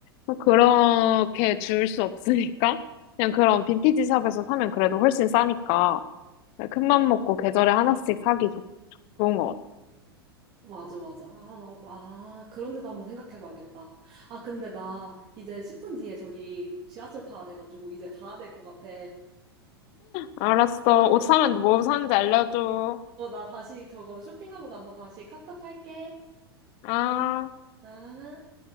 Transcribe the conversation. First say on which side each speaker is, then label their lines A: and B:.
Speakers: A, on the left; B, on the right.
A: 뭐 그렇게 줄 수 없으니까, 그냥 그런 빈티지 샵에서 사면 그래도 훨씬 싸니까, 네, 큰맘 먹고 계절에 하나씩 사기 좋- 좋은 것 같아.
B: 맞아, 맞아. 아, 나, 아, 그런데도 한번 생각해 봐야겠다. 아, 근데 나 이제 10분 뒤에 저기 지하철 타야 돼가지고 이제 가야 될 것 같아.
A: 알았어.
B: 벌써
A: 옷 사면
B: 10분이나
A: 뭐
B: 지났어.
A: 사는지 알려줘.
B: 어, 나 다시 저거 쇼핑하고 나서 다시 카톡 할게.
A: 아.
B: 아.